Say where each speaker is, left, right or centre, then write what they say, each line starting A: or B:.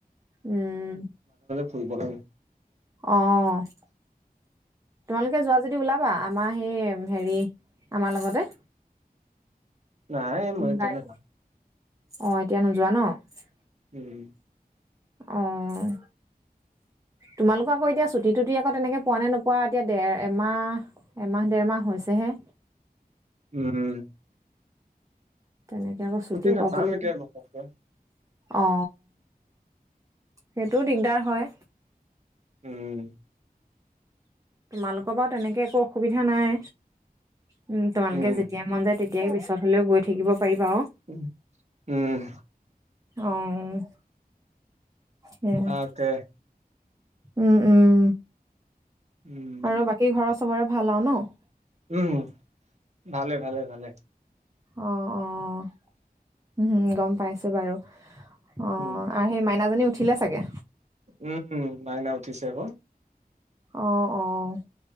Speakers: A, on the right (about 20°); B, on the right (about 45°).
A: উম,।
B: ফুইবলাগে।
A: অ' তোমালোকে যোৱা যদি ওলা বা, আমাৰ সেই হেৰি আমাৰ লগতে।
B: নাই মই তেনেকা
A: গাড়ী অ' এতিয়া নোযোৱা ন'?
B: উম।
A: অ' তোমালোকৰ আকৌ এতিয়া ছুটি থুটি তেনেকে পোৱা নে নোপোৱা এতিয়া দেৰ এমাহ এমাহ দেৰমাহ হৈছেহে।
B: উম।
A: তেনেকে আকৌ ছুটিও
B: ছুটি নাপাম
A: পাব লাগে।
B: এতিয়া ঘপককৈ
A: অ' সেইটোও দিগদাৰ হয়।
B: উম।
A: তোমালোকৰ বাৰু তেনেকে একো অসুবিধা নাই। উম, তোমালোকে
B: উম
A: যেতিয়া মন যায় তেতিয়াই পিছত হলেও গৈ থাকিব পাৰিবা আৰু
B: উম, উম।
A: অ', উম, উম।
B: তাকে
A: উম, উম।
B: উম
A: আৰু বাকী ঘৰৰ চবৰে ভাল আৰু ন'?
B: উম, ভালে, ভালে, ভালে।
A: অ', অ', উম গম পাইছো বাৰু। অ'
B: উম
A: আৰু সেই মাইনাজনী উঠিলে চাগে!
B: উম, মাইন উঠিছে আকৌ।
A: অ', অ'